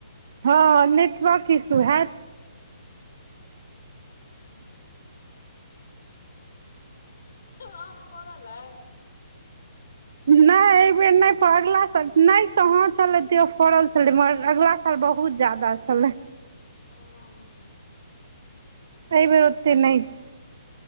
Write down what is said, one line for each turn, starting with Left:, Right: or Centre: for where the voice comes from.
Right: हाँ नेटवर्क इशू हैत।
Left: हू आम फड़ल अइ।
Right: ने एबेर ने फहरला सख ने कहां छलै सेहो फड़ल छलै मगर अगला साल बहुत ज्यादा छले।
Left: अं।
Right: ऐ बेर ओतेक ने छै।